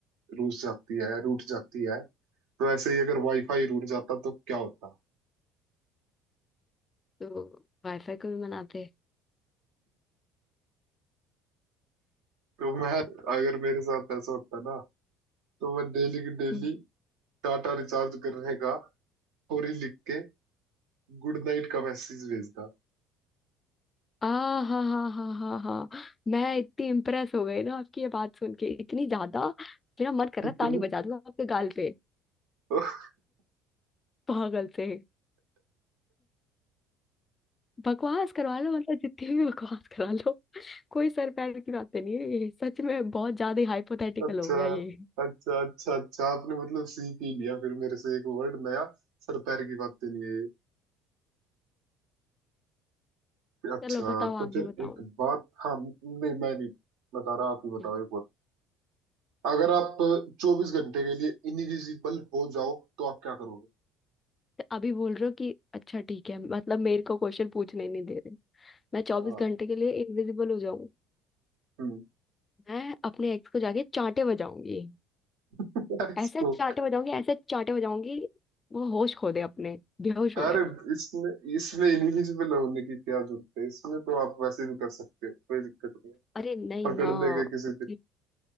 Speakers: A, on the right; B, on the left.
A: रूठ जाती है रूठ जाती है तो ऐसे ही अगर वाईफाई रूठ जाता तो क्या होता
B: तो वाईफाई को भी मनाते हैं।
A: तो मैं अगर मेरे साथ ऐसा होता ना तो मैं डेली की डेली
B: हम्म।
A: टाटा रिचार्ज करने का और ही लिख के गुड नाइट का मैसेज भेजता
B: आ हाँ हाँ हाँ हाँ हाँ मैं इतनी इम्प्रेस हो गई ना आपकी ये बात सुन के इतनी ज्यादा मेरा मन कर
A: इतनी
B: रहा है ताली बजा दूं आपके गाल पे
A: <laughs>
B: पागल से बकवास करवा लो मतलब जितनी भी बकवास करा लो कोई सर पैर की बातें नहीं है ये सच में बहुत ज्यादा हाइपोथेटिकल
A: अच्छा
B: हो गया ये
A: अच्छा अच्छा अच्छा आपने मतलब सीख ही लिया फिर मेरे से एक वर्ड नया सर पैर की बातें नहीं है ये। अच्छा
B: चलो बताओ
A: तो
B: आगे
A: फिर
B: बताओ
A: एक बात हाँ नहीं मैं नहीं बता रहा आप ही बताओ
B: हम्म,
A: एक बार अगर
B: हम्म।
A: आप चौबीस घंटे के लिए इनविजिबल हो जाओ तो आप क्या करोगे
B: तो अभी बोल रहे हो कि अच्छा ठीक है मतलब मेरे को क्वेश्चन पूछने नहीं दे रहे मैं चौबीस
A: हाँ
B: घंटे के लिए इनविजिबल हो जाऊं
A: हम्म
B: मैं अपने एक्स को जाके चांटे बजाऊंगी
A: <laughs> इसको
B: ऐसे चांटे बजाऊंगी ऐसे चांटे बजाऊंगी वो होश खो दे अपने बेहोश हो
A: अरे
B: जाए
A: इसमें इसमें इनविजिबल होने की क्या जरूरत है इसमें तो आप वैसे भी कर सकते हो कोई दिक्कत
B: अरे नहीं
A: पकड़
B: ना
A: लेंगे किसी
B: फिर
A: दिन